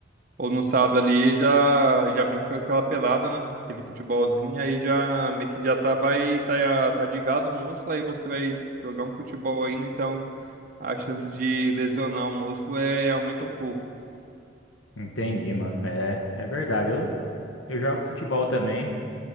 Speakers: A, on the right; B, on the left.
A: ou no sábado ali já já brinca aquela pelada, né? Aquele futebolzinho, aí já meio que já tá vai tá fadigado o músculo, aí você vai jogar um futebol ainda, então a chance de lesionar o músculo é aumenta um pouco.
B: Entendi, mano. É, é verdade. Eu, eu jogo futebol também,